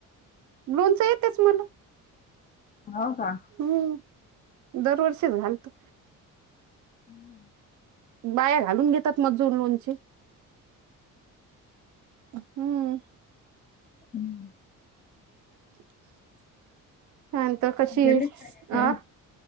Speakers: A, on the right (about 60°); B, on the left (about 25°).
A: लोनच येतच मला
B: हो का
A: हम्म दरवर्षीच घालतो
B: <inaudible>
A: बाया घालून घेतात मजूर लोनचे हम्म.
B: हम्म.
A: <inaudible> कशी
B: हेणे <unintelligible>
A: अ